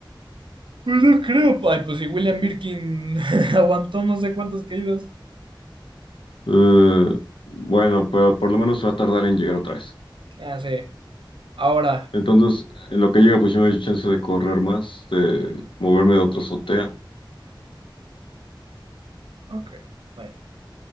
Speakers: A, on the right; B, on the left.
A: Pues no creo. Ay, pues si William Birkin <laughs> aguantó no sé cuántas caídas.
B: Eh, bueno, pero por lo menos se va a tardar en llegar otra vez.
A: Ah, sí. Ahora.
B: Entonces, en lo que llega, pues yo me doy chance de correr más, de moverme de otra azotea.
A: Ok. Bueno.